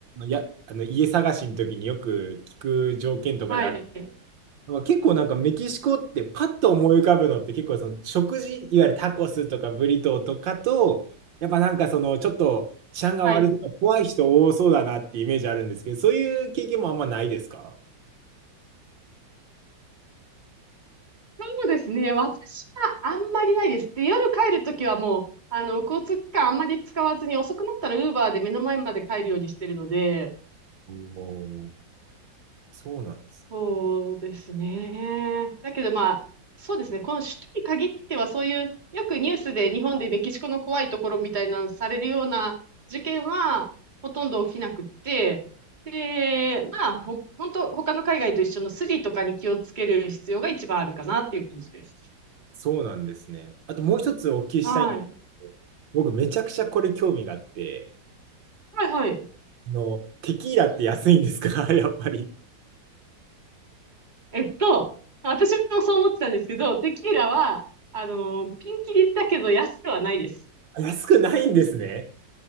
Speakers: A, on the right; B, on the right.
A: いや、あの家探しの時によく聞く条件とかである。
B: はい。
A: まあ結構なんかメキシコってパッと思い浮かぶのって結構その食事、いわゆるタコスとかブリトーとかと、やっぱなんかそのちょっと治安が悪そうな怖い人多そうだなってイメージあるんですけど、
B: はい。
A: そういう経験もあんまないですか
B: そうですね。私はあんまりないです。で、夜帰るときはもう、あの、交通機関あんまり使わずに、遅くなったら Uber で目の前まで帰るようにしてるので、
A: おーそうなんです。
B: そうですね。だけどまあ、そうですね。この首都に限っては、そういう、よくニュースで日本でメキシコの怖いところみたいなのされるような事件は、ほとんど起きなくって、で、まあ、ほ、本当他の海外と一緒のスリとかに気をつける必要が一番あるかなっていう感じです。
A: そうなんですね。あともう一つお聞きしたいんですけど、
B: はい。
A: 僕めちゃくちゃこれ興味があって、
B: はいはい。
A: あの、テキーラって安いんですか <laughs> やっぱり。
B: えっと、私もそう思ってたんですけど、テキーラは、あの、ピンキリだけど安くはないです。
A: あ安くないんですね。